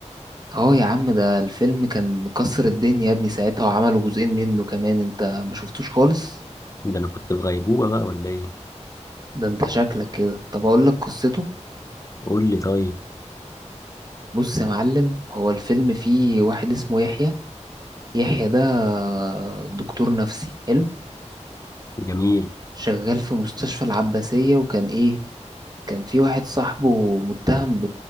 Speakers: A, on the right (about 35°); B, on the left (about 25°).
A: اه يا عم ده الفيلم كان كسر الدنيا يا ابني ساعتها وعملوا جزئين منه كمان انت ما شفتوش خالص
B: ده انا كنت في غيبوبه بقى ولا ايه
A: ده انت شكلك كده طب اقول لك قصته
B: قول لي طيب
A: بص يا معلم هو الفيلم فيه واحد اسمه يحيى يحيى ده دكتور نفسي حلو
B: جميل
A: شغال في مستشفى العباسية وكان إيه كان في واحد صاحبه متهم ب...